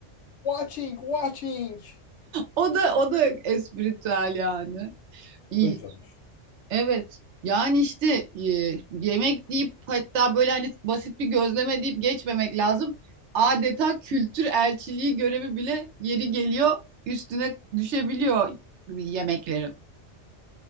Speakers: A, on the left; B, on the right.
A: Watching, watching.
B: O da o da espritüel yani.
A: O
B: İyi
A: da güzelmiş.
B: Evet. Yani işte e, yemek deyip hatta böyle hani basit bir gözleme deyip geçmemek lazım. Adeta kültür elçiliği görevi bile yeri geliyor üstüne düşebiliyor yemeklerin.